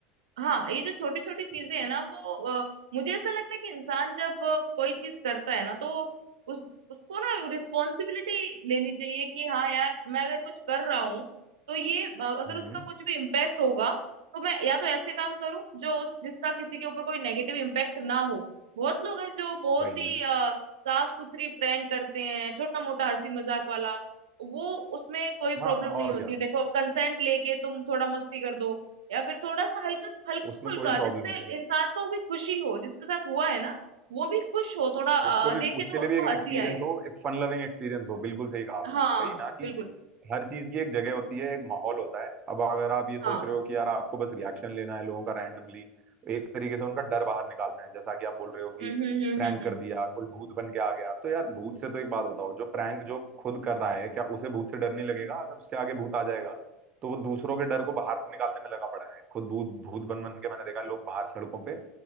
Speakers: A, on the right (about 75°); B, on the right (about 35°).
A: हाँ ये जो छोटी छोटी चीजें
B: हम्म
A: है ना वो अ, मुझे ऐसा लगता है कि इंसान जब अ, कोई चीज करता है ना तो उस उसको ना रिस्पॉन्सिबिलिटी लेनी चाहिए कि हाँ यार मैं अगर कुछ कर रहा हूँ तो ये अ, अगर
B: हम्म,
A: उसका कुछ भी इम्पैक्ट होगा तो मैं या तो ऐसे काम करूँ जो उस जिसका किसी के ऊपर कोई नेगेटिव इम्पैक्ट ना हो बहुत लोग हैं जो बहुत
B: वही
A: ही अ, साफ सुथरी प्रैंक करते हैं छोटा मोटा हंसी मजाक वाला वो उसमें कोई
B: हाँ
A: प्रॉब्लम
B: और
A: नहीं होती
B: क्या
A: है देखो कंसेंट लेके तुम थोड़ा मस्ती कर दो या फिर थोड़ा सा हल्का हल्का
B: उसमें
A: फुल्का
B: कोई प्रॉब्लम
A: जिससे
B: नहीं
A: इंसान
B: है
A: को भी खुशी हो जिसके साथ हुआ है ना वो भी खुश हो थोड़ा अ,
B: उसको भी
A: देखे
B: उसके
A: तो
B: लिए
A: उसको
B: भी एक
A: हंसी
B: एक्सपीरियंस
A: आए
B: हो एक फन लविंग एक्सपीरियंस हो बिल्कुल सही कहा आपने
A: हाँ
B: वही ना कि
A: बिल्कुल
B: हर चीज की एक जगह होती है एक माहौल होता है अब अगर आप ये
A: हाँ
B: सोच रहे हो कि यार आपको बस रिएक्शन लेना है लोगों का रैंडमली एक तरीके से उनका डर बाहर निकालना है जैसा कि आप बोल रहे हो कि
A: हम्म हम्म हम्म
B: प्रैंक
A: हम्म हम्म,
B: कर दिया कोई भूत बन के आ गया तो यार भूत से तो एक बात बताओ जो प्रैंक जो खुद कर रहा है क्या उसे भूत से डर नहीं लगेगा अगर उसके आगे भूत आ जाएगा तो वो दूसरों के डर को बाहर निकालने में लगा पड़ा है खुद भूत भूत बन बन के मैंने देखा लोग बाहर सड़कों पे